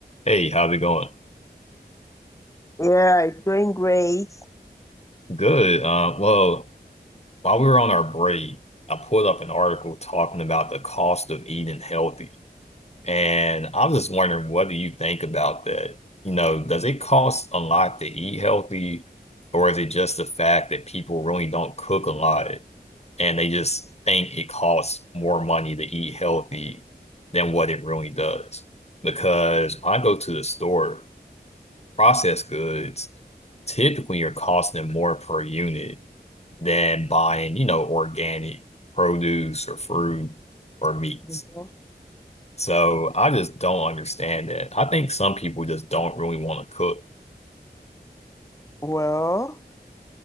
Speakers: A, on the left; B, on the left.
A: Hey, how's it going?
B: Yeah, going great.
A: Good. Uh, well, while we were on our break, I pulled up an article talking about the cost of eating healthy. And I was just wondering, what do you think about that? You know, does it cost a lot to eat healthy, or is it just the fact that people really don't cook a lot and they just think it costs more money to eat healthy than what it really does? Because when I go to the store, processed goods, typically you're costing them more per unit than buying, you know, organic produce or fruit or meats.
B: Mhm.
A: So I just don't understand that. I think some people just don't really want to cook.
B: Well,